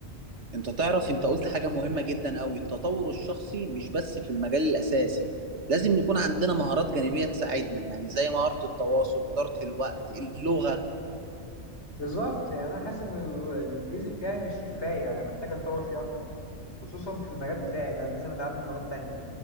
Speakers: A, on the right; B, on the left.
A: انت تعرف انت قلت حاجة مهمة جدا قوي التطور الشخصي مش بس في المجال الأساسي لازم يكون عندنا مهارات جانبية تساعدنا يعني زي مهارة التواصل إدارة الوقت اللغة
B: بالظبط يعني أنا حاسس إن ال- الإنجليزي بتاعي مش كفاية أنا محتاج أتطور فيه أكتر خصوصا في المجال بتاعي ده لازم أتعلم لغات تانية